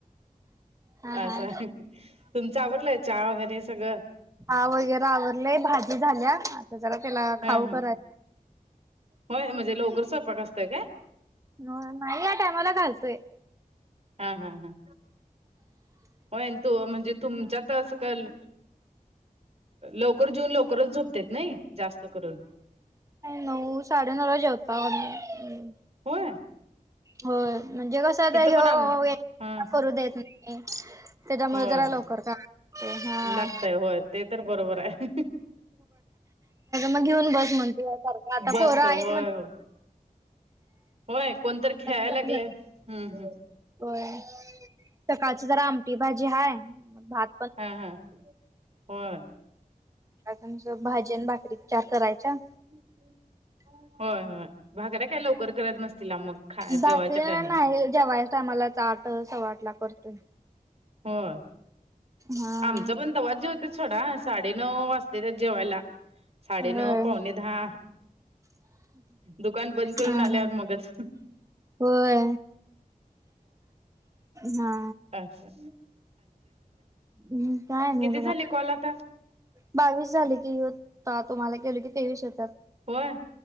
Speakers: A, on the right; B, on the right.
A: हा हा
B: असं तुमचं आवडलंय चहा वगैरे सगळं
A: हा वगैरे आवरलेय भाजी झाल्या आता जला त्याला
B: ह
A: खाऊ कराय
B: होय म्हणजे लवकरचपाक असतय काय
A: हो नाही या टायमाला घालतोय
B: हा हा हां हो तो म्हणजे तुमच्यात असं काल लवकर जेऊन लवकरच झोपतेत नाही जास्त करून
A: नऊ साडे नऊला जेवता आम्ही.
B: होय.
A: होय म्हणजे कसं
B: इथं
A: हयो
B: पण आम
A: एकटा
B: हा
A: करू देत नाही. त्याच्यामुळे
B: होय
A: जरा लवकर का हा
B: लागतय होय ते तर बरोबर आहे
A: मग घेऊन बस म्हणते. आता
B: बस
A: पोरं आहेत
B: होय
A: म्हट
B: होय होय कोणतरी खेळाय
A: पण
B: लागलंय हम्म हम्.
A: होय सकाळची जरा आमटी भाजी हाय भात
B: हा हा होय.
A: तुमच भाजन भाकरी चार करायचा.
B: हम्छम होय होय भाकऱ्या काय लवकर करत नसतील मग खा
A: भाकरी
B: जेवयच्या टायमाला.
A: नाही जेवायच्या टायमाला ताट सव्वा आठ ला करतोय.
B: होय.
A: हा
B: आमचा पण तवा जेवते सोडा साडेनऊ वाजते त्यात जेवायला. साडेनऊ
A: होय
B: पावणे दहा दुकान बंद करून
A: हा
B: आल्यावर
A: हा
B: मगच
A: होय हा
B: अच्छा.
A: हम् काय नाही बघा.
B: झाले कॉल आता
A: बावीस झाले की होता तुम्हाला केलं की तेवीस होेत्यात.
B: होय